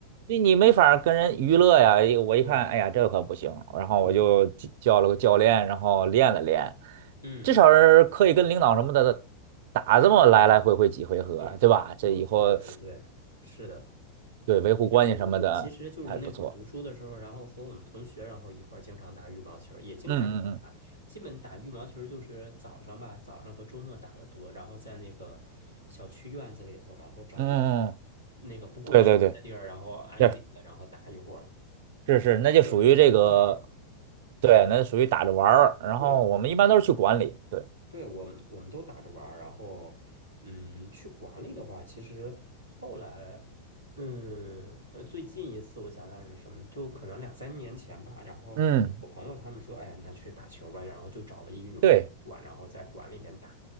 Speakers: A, on the right (about 50°); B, on the left (about 85°).
A: 你你没法儿跟人娱乐呀。一我一看，
B: 对
A: 哎呀，这可不行，然后我就叫叫了个教练，
B: 对，
A: 然后练了练，
B: 嗯，
A: 至少是可以跟领导什么的打这么来来回回几回合，
B: 对，
A: 对吧？这以后
B: 我对对对，是的。
A: 对维护关系什么的还不错。
B: 哎，我我其实就是那会儿读书的时候，然后和我们同学，然后一块儿经常打羽毛球儿也经常
A: 嗯嗯
B: 基本打羽毛球儿就是早上吧，早上和周末打的多，然后在那个小区院子里头，然后找一个
A: 嗯嗯嗯，
B: 那个不过车的地儿，
A: 对对对，
B: 然后安静的，
A: 是
B: 然后打一会儿。
A: 是是，那就属于这个，
B: 或者是上班玩儿，
A: 对，那就属于打着玩儿。然后我们一般都是去管理，
B: 对
A: 对，
B: 对，我们我们都打着玩儿，然后，嗯，去馆里的话，其实后来，嗯呃，最近一次我想想是什么，就可能两三年前吧。然后我朋友他们说，
A: 嗯，
B: 哎呀，那去打球吧，然后就找了一羽毛球馆，
A: 对
B: 然后在馆里面打。